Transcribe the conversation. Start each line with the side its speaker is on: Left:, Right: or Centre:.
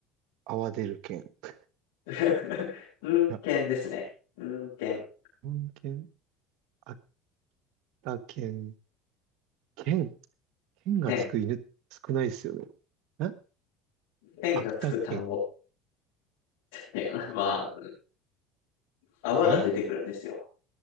Right: アワ出る県。い
Left: <laughs> うん、
Right: や、
Left: 犬ですね。うん、犬。
Right: 本県、秋田県、県、県がつく犬って少ないですよね。
Left: 犬。
Right: え
Left: 犬がつく単語。
Right: 秋田県、
Left: 犬。<laughs> まあ、泡が出てくるんですよ。
Right: え